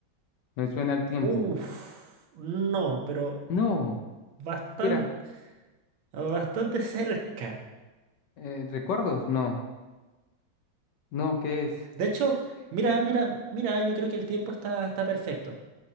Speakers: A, on the left; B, on the right.
A: Me suena el tiempo.
B: Uf, no, pero
A: No.
B: bastante,
A: ¿Qué era?
B: bastante cerca.
A: Eh, ¿recuerdos? No. No, ¿qué es?
B: De hecho, mira, mira, mira, yo creo que el tiempo está, está perfecto.